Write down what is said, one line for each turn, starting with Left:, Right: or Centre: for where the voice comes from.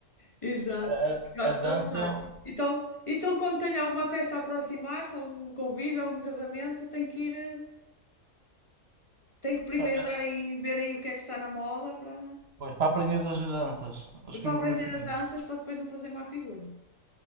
Left: Exato.
Right: A, a-
Left: Gosto
Right: a dança.
Left: de dançar.
Right: é um-
Left: Então, então quando tenho alguma festa a aproximar-se, algum convívio, algum casamento, eu tenho que ir, eh, tenho que primeiro
Right: sabe,
Left: dar aí, ver aí o que é que está na moda para,
Right: Pois, para aprender as danças, as coreografias.
Left: para aprender as danças para depois não fazer má figura.